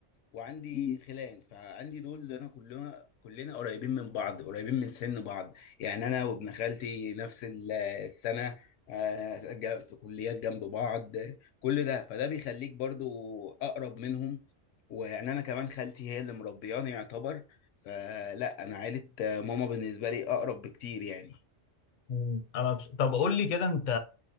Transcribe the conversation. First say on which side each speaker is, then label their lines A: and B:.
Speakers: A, on the left; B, on the left.
A: وعندي خلان فعندي دول اللي انا كلنا كلنا قريبين من بعض قريبين من سن بعض يعني انا وابن خالتي نفس ال- السنة آه، جا- في كليات جنب بعض كل ده فده بيخليك برضو اقرب منهم ويعني انا كمان خالتي هي اللي مربياني يعتبر فلا انا عيلة ماما بالنسبة لي اقرب بكتير يعني
B: مم. انا بس... طب قول لي كده انت